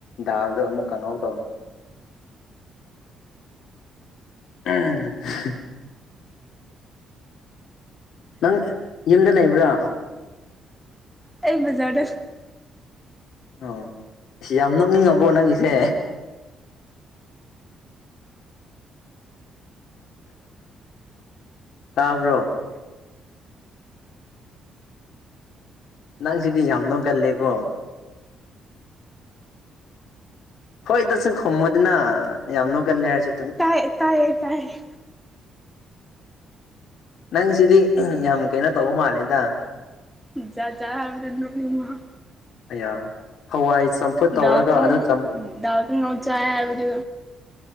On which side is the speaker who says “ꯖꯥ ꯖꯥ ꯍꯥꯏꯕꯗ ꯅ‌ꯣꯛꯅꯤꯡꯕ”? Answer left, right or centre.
Centre